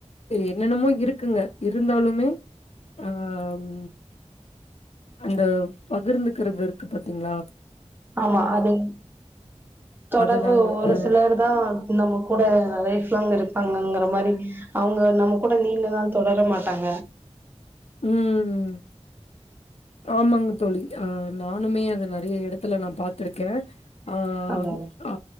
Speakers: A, on the left; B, on the right.
A: என்னென்னமோ இருக்குங்க இருந்தாலுமே அம் அந்த பகிர்ந்துக்கிறதிருக்கு பாத்தீங்ளா
B: ஆமா அது தொடர்பு
A: அதுதாங்க.
B: ஒரு
A: அ
B: சிலர் தா நம்ம கூட லைஃப்லாங் இருப்பாங்கங்கிற மாரி அவுங்க நம்ம கூட நீண்டநாள் தொடர மாட்டாங்க
A: ம் ம் ஆமாங்க தோழி அ நானுமே அத நெறைய இடத்துல நா பாத்திருக்கே அ
B: அதா
A: அ